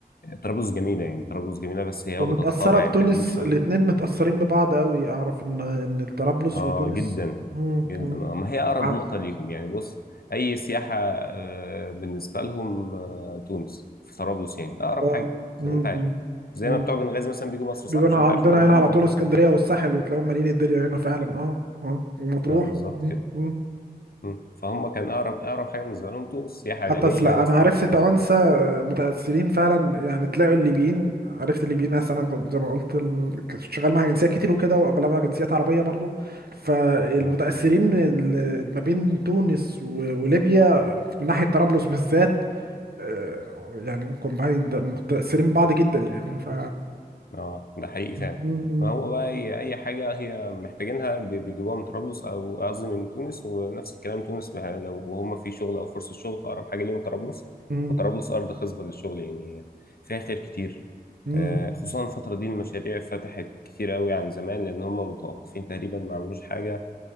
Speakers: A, on the left (about 70°); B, on the right (about 75°).
A: طرابلس جميلة يعني طرابلس جميلة بس هي
B: ومتأثرة
A: واخدة الطابع
B: بتونس
A: القديم شوية
B: الاتنين متأثرين ببعض قوي اعرف ان ان طرابلس
A: اه
B: وتونس
A: جدا
B: مم،
A: جدا آه. ما هي اقرب
B: ع-
A: نقطة ليهم يعني بص اي سياحة آه، بالنسبة لهم آه، تونس في طرابلس يعني اقرب
B: اه
A: حاجة زي
B: امم
A: ما انت عارف زي
B: امم
A: ما بتوع بنغازي مثلا بيجوا مصر
B: بيجوا
A: صح مش
B: هنا
A: انت
B: عندنا
A: عارف المعلومة
B: هنا
A: دي
B: على
A: بيجوا
B: طول اسكندريه والساحل وتلاقيهم مالين الدنيا هنا فعلا اه اه ومطروح
A: اه بالظبط
B: مم،
A: كده
B: مم.
A: مم. فهم كان اقرب اقرب حاجة بالنسبة لهم تونس سياحة علاجية
B: حتى أس- لا انا
A: سياحة
B: عرفت توانسه آه، متاثرين فعلا يعني تلاقوا الليبيين عرفت الليبيين أصل انا كنت زي ما قلت ال... كنت شغال مع جنسيات كتير وكده واغلبها جنسيات عربيه برضو فالمتاثرين
A: اه
B: ال- ما بين تونس و- وليبيا من ناحيه طرابلس بالذات آه، يعني كومباين متاثرين ببعض جدا يعني ف
A: اه ده حقيقي فعلا
B: مم، مم.
A: ما هو بقى هي اي حاجه هي محتاجينها بي- بيجيبوها من طرابلس او قصدي من تونس ونفس الكلام تونس بقى لو هم في شغل او فرصه شغل فاقرب حاجه ليهم طرابلس
B: مم.
A: وطرابلس ارض خصبه للشغل يعني فيها خير كتير
B: مم.
A: آه، خصوصا الفتره دي المشاريع فتحت كتير قوي عن زمان لان هم متوقفين تقريبا ما عملوش حاجه